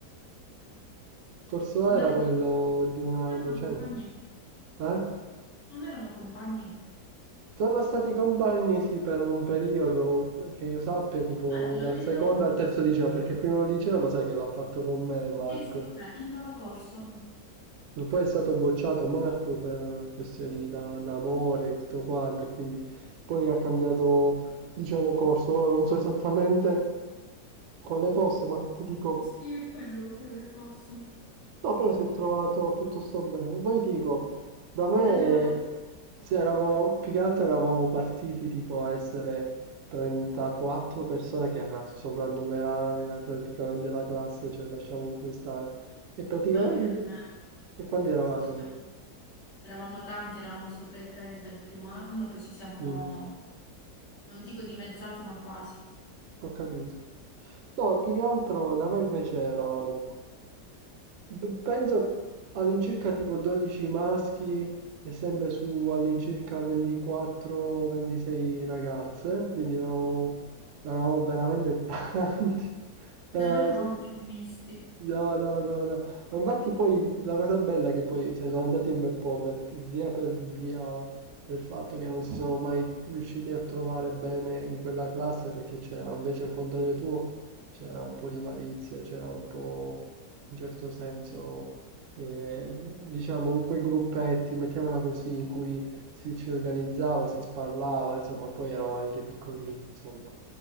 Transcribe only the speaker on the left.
non
erano,
non erano
compagni.
Non erano compagni.
È quello,
il
loro corso.
Sì, sì, vabbè, il loro corso. mo.
Sì, è quello, quello è il corso.
Della...
Anche da me.
Ci
siamo- Eravamo tanti, eravamo sopra i 30 il primo anno, poi ci siamo,
non dico dimezzati, ma quasi.
Da noi eravamo più misti.